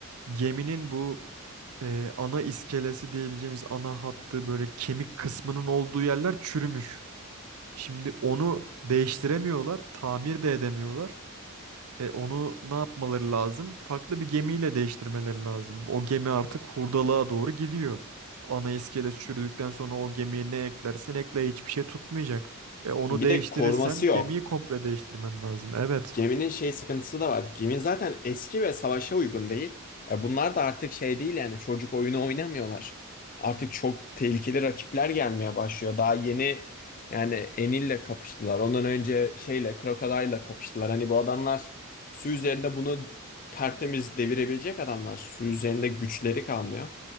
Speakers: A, on the right; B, on the left.
A: geminin bu e, ana iskelesi diyebileceğimiz ana hattı böyle kemik kısmının olduğu yerler çürümüş. Şimdi onu değiştiremiyorlar, tamir de edemiyorlar. E onu ne yapmaları lazım? Farklı bir gemiyle değiştirmeleri lazım. O gemi artık hurdalığa doğru gidiyor. Ana iskelet çürüdükten sonra o gemiye ne eklersen ekle hiçbir şey tutmayacak. E onu
B: Bir
A: değiştirirsen
B: de koruması yok.
A: gemiyi komple değiştirmen lazım. Evet.
B: Geminin şey sıkıntısı da var. Gemi zaten eski ve savaşa uygun değil. E bunlar da artık şey değil yani çocuk oyunu oynamıyorlar. Artık çok tehlikeli rakipler gelmeye başlıyor. Daha yeni yani Enil'le kapıştılar. Ondan önce şeyle Crocodile'la kapıştılar. Hani bu adamlar su üzerinde bunu tertemiz devirebilecek adamlar. Su üzerinde güçleri kalmıyor.